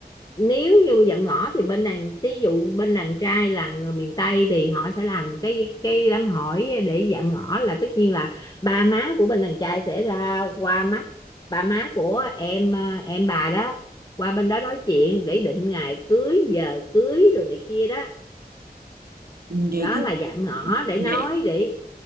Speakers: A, on the left; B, on the right.
A: nếu như dạm ngõ thì bên đàn ví dụ bên đàn trai là người miền Tây thì họ sẽ làm cái cái đám hỏi để dạm ngõ là tất nhiên là ba má của bên đàn trai sẽ ra qua mắt ba má của em ờ, em bà đó qua bên đó nói chuyện để định ngày cưới giờ cưới rồi này kia đó
B: vậy
A: đó
B: cái
A: là dạm ngõ để
B: vậy
A: nói để